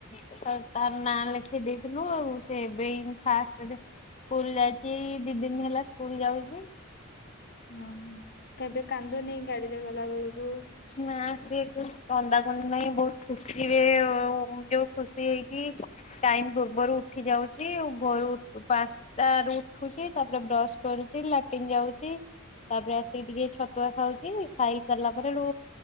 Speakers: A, on the left; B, on the left.
A: ତାର ନାଁ ଲେଖେଇ ଦେଇଥିଲୁ ସେ ଏବେ ଏଇନ ଫାଷ୍ଟରେ ସ୍କୁଲ ଯାଇଚି ଦି ଦିନ ହେଲା ସ୍କୁଲ ଯାଉଚି।
B: ହଁ ହଁ କେବେ କାନ୍ଦୁନି ଗାଡିରେ ଗଲା ବେଳୁକୁ।
A: ନା ସେ କନ୍ଦାକନ୍ଦି ନାହିଁ ବହୁତ ଖୁସି ରେ ଯୋଉ ଖୁସି ହେଇକି ଟାଇମ ପୂର୍ବରୁ ଉଠି ଯାଉଚି ଭୁରୁ ପା ଚାର ରରୁ ଉଠୁଚି ତାପରେ ବ୍ରଶ କରୁଛି ଲାଟିନ୍ ଯାଉଚି। ତାପରେ ଆସିକି ଟିକେ ଛତୁଆ ଖାଉଚି ଖାଇ ସାରିଲା ପରେ ହେଡୁ